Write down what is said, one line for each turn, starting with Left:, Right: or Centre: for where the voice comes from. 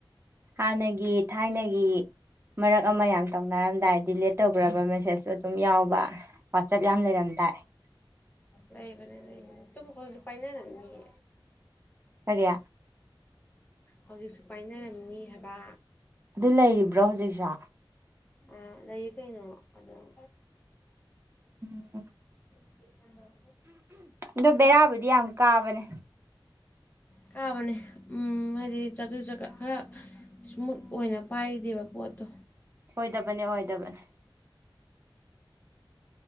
Right: ꯍꯥꯟꯅꯒꯤ ꯊꯥꯏꯅꯒꯤ ꯃꯔꯛ ꯑꯃ ꯌꯥꯝ ꯇꯧꯅꯔꯝꯗꯥꯏ ꯗꯤꯂꯦꯠ ꯇꯧꯈ꯭ꯔꯕ ꯃꯦꯁꯦꯖꯁꯨ ꯑꯗꯨꯝ ꯌꯥꯎꯕ ꯋꯥꯆꯞ ꯌꯥꯝ ꯂꯩꯔꯝꯗꯥꯏ <inaudible>
Left: ꯂꯩꯕꯅꯦ ꯂꯩꯕꯅꯦ ꯇꯨꯝ ꯍꯧꯖꯤꯛ ꯄꯥꯏꯅꯔꯝꯅꯤꯌꯦ
Right: <unintelligible>
Left: ꯍꯧꯖꯤꯛꯁꯨ ꯄꯥꯏꯅꯔꯝꯅꯤ ꯍꯥꯏꯕ
Right: ꯑꯗꯨ ꯂꯩꯔꯤꯕ꯭ꯔꯣ ꯍꯧꯖꯤꯛꯁꯨ
Left: ꯑ ꯂꯩꯌꯦ ꯀꯩꯅꯣ ꯑꯗꯨꯝ
Right: ꯎꯝ
Left: <inaudible>
Right: ꯑꯗꯣ ꯕꯦꯔꯥꯕꯨꯗꯤ ꯌꯥꯝ ꯀꯥꯕꯅꯦ
Left: ꯀꯥꯕꯅꯦ ꯎꯝ ꯍꯥꯏꯗꯤ ꯆꯀ꯭ꯔꯤ ꯆꯀ ꯈꯔ ꯁ꯭ꯃꯨꯠ ꯑꯣꯏꯅ ꯄꯥꯏꯗꯦꯕ ꯄꯣꯠꯇꯣ
Right: ꯑꯣꯏꯗꯕꯅꯤ ꯑꯣꯏꯗꯕꯅꯦ